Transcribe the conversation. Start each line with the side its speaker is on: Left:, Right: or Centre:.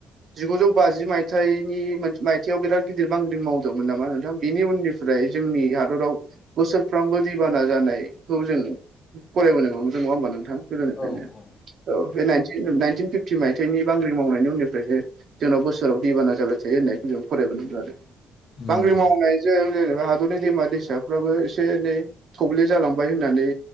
Right: जिगुजौ बाजि मायथाइनि मायथाइयाव बिराद गिदिर बांग्रि मावदोंमोन नामा नोंथां बिनि उननि फ्राय जोंनि हादराव बोसोरफ्रामबो दैबाना जानायखौ जों फरायबोनाय नङा मोजों नङा होमबा नोंथां गोदोनिफ्रायनो
Left: औ औ
Right: औ बे नाइ नाइनटिन फिफ्टि मायथाइनि बांग्रि मावनायनि उननिफ्रायनो जोंनाव बोसोराव दैबाना जाबाय थायो होननायखौ जों फरायबानो मोनदों आरो
Left: उम
Right: बांग्रि मावनाय जों जेनेबा हादरनि दैमा दैसाफ्राबो एसे एनै थब्ले जालांबाय होननानै